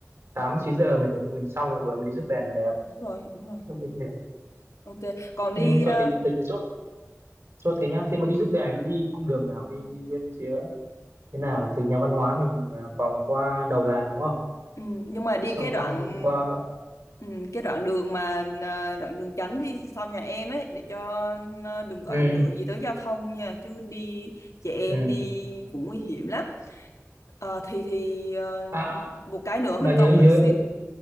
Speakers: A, on the right; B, on the left.
A: tám chín giờ mình tới- mình xong là vừa mới đi rước đèn là đẹp
B: đúng rồi, đúng rồi.
A: lúc đấy thì đẹp
B: Ok, còn
A: ừ,
B: đi ờ,
A: vậy thì, thì chốt chốt thế nhá thế mà đi rước đèn thì đi cung đường nào đi đi bên phía thế nào từ nhà văn hóa mình à, vòng qua đầu làng đúng không
B: ừ, nhưng mà đi
A: xong
B: cái đoạn
A: qua qua
B: ừ, cái đoạn đường mà ờ, đoạn đường tránh đi sau nhà em ấy để cho ờ, đừng có
A: ừ,
B: ảnh hưởng gì tới giao thông nha, chứ đi chị em
A: ừ.
B: đi cũng nguy hiểm lắm. Ờ, thì thì ờ,
A: À,
B: một cái nữa mình
A: mà nhớ
B: còn phải
A: nhớ
B: suy